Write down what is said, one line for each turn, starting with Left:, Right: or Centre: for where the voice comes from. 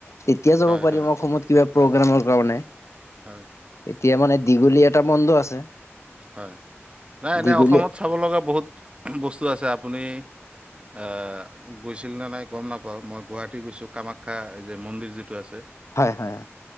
Left: তেতিয়া যাব
Right: হয়
Left: পাৰিম
Right: হয়
Left: অসমত কিবা
Right: হয়
Left: প্ৰগ্ৰামৰ
Right: হয়।
Left: কাৰণে।
Right: হয়
Left: এতিয়া মানে দীঘলীয়া এটা বন্ধ আছে।
Right: হয় নাই এনেই
Left: দীঘলীয়া
Right: অসমত চাব লগা বহুত বস্তু আছে আ, আপুনি আ, গৈছিল নে নাই গম নাপাওঁ মই গুৱাহাটী গৈছোঁ কামাখ্যা যে মন্দিৰ যিটো আছে।
Left: হয়, হয়,